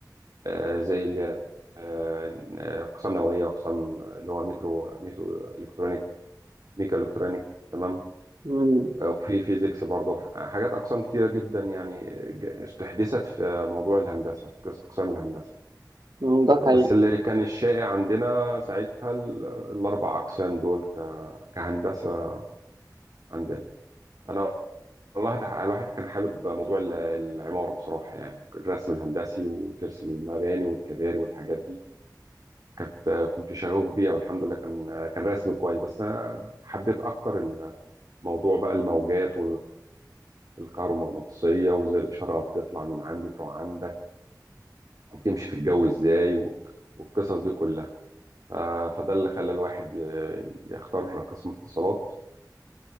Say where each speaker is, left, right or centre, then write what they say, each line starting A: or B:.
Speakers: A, on the right; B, on the right.
A: آه، زي ال- آه، أقسام نووية وأقسام اللي هو مترو ميتو إلكترونيك ميكا إلكترونيك تمام
B: مم،
A: آه، وفي فيزيكس برضه حاجات أقسام كتيرة جدا يعني ج- استحدثت في موضوع الهندسة في قس- أقسام الهندسة
B: مم، ده
A: بس
B: حقيقي
A: اللي كان الشائع عندنا ساعتها ال- الأربع أقسام دول ك- كهندسة عندنا أنا والله تح- الواحد كان حابب موضوع ال- العمارة بصراحة يعني الرسم الهندسي وترسم المباني والكباري والحاجات دي كانت كنت شغوف بيها والحمد لله كان كان رسم كويس بس أنا حبيت أكتر الموضوع بقى الموجات والكهرومغناطيسية وإزاي الإشارة بتطلع من عندي تروح عندك وبتمشي في الجو إزاي و- والقصص دي كلها ف- فده اللي خلى الواحد ي- يختار قسم اتصالات